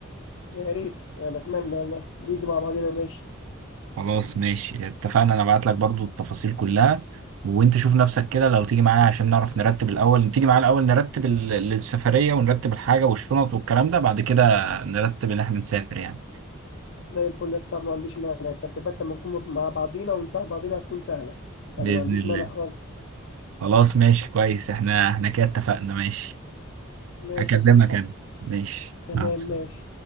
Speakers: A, on the left; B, on the right.
A: يا ريت أنا أتمنى والله نيجي مع بعضينا ماشي
B: خلاص ماشي اتفقنا انا ابعت لك برضو التفاصيل كلها وانت شوف نفسك كده لو تيجي معايا عشان نعرف نرتب الاول تيجي معايا الاول نرتب ال- السفرية ونرتب الحاجة والشنط والكلام ده بعد كده نرتب ان احنا نسافر يعني
A: زي الفل يا صاحبي ما عنديش مانع الترتيبات لما نكون مع بعضينا ونساعد بعضينا هتكون سهلة
B: بإذن
A: أنا ما عنديش
B: الله
A: مانع خالص
B: خلاص ماشي كويس احنا احنا كده اتفقنا ماشي
A: ماشي
B: هكلمك
A: يا صاحبي
B: انا ماشي
A: تمام
B: مع السلامة
A: ماشي